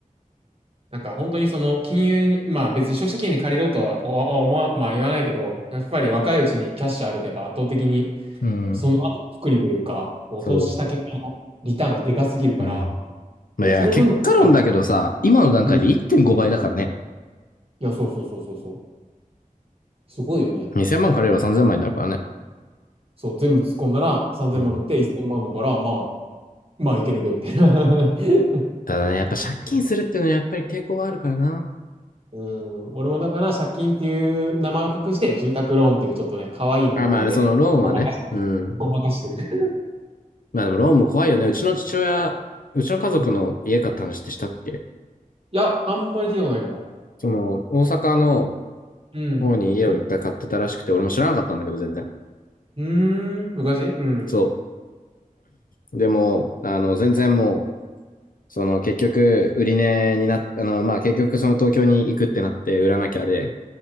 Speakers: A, on the right; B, on the left.
A: なんか本当にその金融に、まあ別に消費者金融に借りろとはおおおま、まあ言わないけど、やっぱり若いうちにキャッシュあるとやっぱ圧倒的に
B: うん。
A: その後くくりというか、こう投資した結果のリターンがでかすぎるから、
B: そう。うん。いや、
A: その分の、
B: 結果論だけどさ、
A: う
B: 今の段階で1.5倍だからね。
A: ん、いや、そうそうそうそうそう。すごいよね。
B: 2000万借りれば3000万になるからね。
A: そう、全部突っ込んだら3000万になって1000万だから、
B: うん。
A: まあ、まあいけるべ、みたいな。<laughs>
B: ただね、やっぱ借金するっていうのはやっぱり抵抗があるからな。
A: うん、俺もだから借金っていう名前を隠して、住宅ローンっていうちょっとね、可愛い名前で、
B: あ、まあ、そのローンはね。
A: ごまかしてる。
B: うん。
A: ごまかしてる。<laughs>
B: まあでもローンも怖いよね。うちの父親、うちの家族の家買った話ってしたっけ
A: うん、いや、あんまり聞いたことないかも。
B: その、大阪の
A: うん。
B: 方に家を一回買ってたらしくて、
A: お、う
B: 俺も知らなかったんだけど、全然。
A: ーん、昔うん。
B: そう。でも、あの、全然もう、その結局、売り値になっあの、まあ結局その東京に行くってなって売らなきゃで、